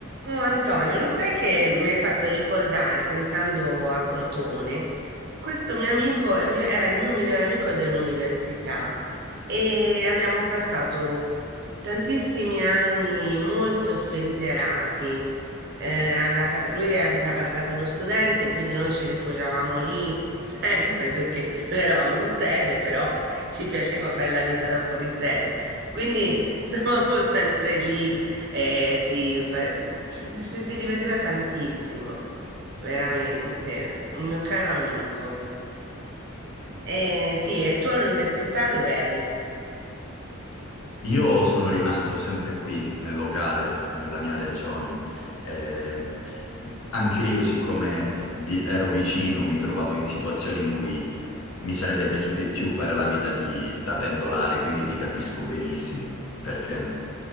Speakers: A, on the right; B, on the left.
A: Oh Antonio, lo sai che mi hai fatto ricordare, pensando a Crotone, questo mio amico, il mio- era il mio migliore amico dell'università e abbiamo passato tantissimi anni molto spensierati. eh, alla casa- lui abitava alla casa dello studente, quindi noi ci rifugiavamo lì <laughs> sempre perché noi eravamo in sede, però ci piaceva fare la vita da fuori sede. Quindi stavamo sempre lì eh, si, fa- ci, ci si divertiva tantissimo, veramente, un mio caro amico. Eh, sì, e tu all'università dov'eri?
B: Io sono rimasto sempre qui nel locale, nella mia regione. Eh, anche io, siccome vi- ero vicino, mi trovavo in situazioni in cui mi sarebbe piaciuto di più fare la vita di- da pendolare, quindi ti capisco benissimo perché